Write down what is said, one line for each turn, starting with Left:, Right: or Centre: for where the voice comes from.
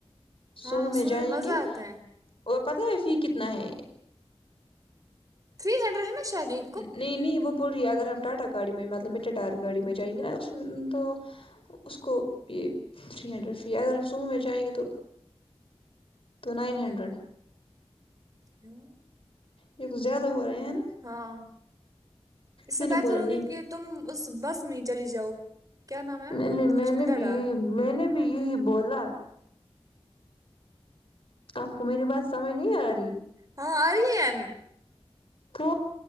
Left: سومو
Right: ہاں
Left: میں
Right: سوئیں
Left: جائیں
Right: مزہ
Left: گے
Right: آتا ہے
Left: اور پتہ ہے فی کتنا ہے
Right: تھری ہنڈریڈ ہے نہ شاید ہی
Left: نہیں نہیں وہ بول رہی ہے اگر ہم ٹاٹا گاڑی میں مطلب میٹڈار گاڑی میں جائیں گے نا اس میں تو اس کو بھی تری ہنڈرینڈ فی اگر ہم سومو میں جائیں گے تو تونائن ہنڈریڈ
Right: کیا
Left: یہ کچھ زیادہ ہو رہے ہے نا
Right: ہاں اس سے
Left: میں نے
Right: بہتر
Left: بولا
Right: ہوگیا
Left: نہیں
Right: کہ تم اس بس میں ہی چلی جاؤ کیا نام ہے
Left: نہیں نہیں
Right: کچھ
Left: میں نے
Right: مٹاڈا
Left: بھی یہی میں نے بھی یہی بولا آپ کو میری بات سمجھ نہیں آ رہی
Right: ہاں آری ہے
Left: تو